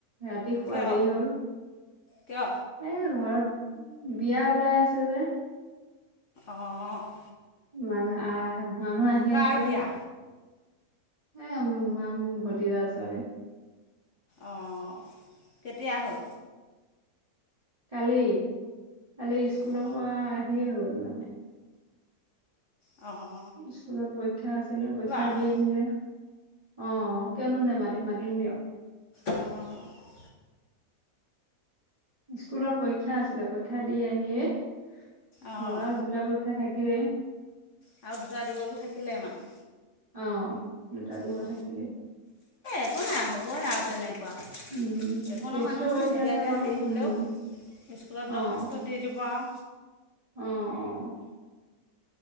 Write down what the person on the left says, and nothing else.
কিয়
কিয়?
অ'।
কাৰ
বিয়া
অ' কেতিয়া হ'ল?
অঁ
অ'।
আৰু
অ'।
অঁ
আৰু দুটা দিবলে থাকিলে মানে?
অ'। এ,
একো নাই হ'বই আৰু তেনেক কোৱা,
একো
নহয় নহয়
নিদিয়াকৈ
হেৰি হ'লেও।
স্কুলত
দৰ্খাস্ত দি দিব আৰু।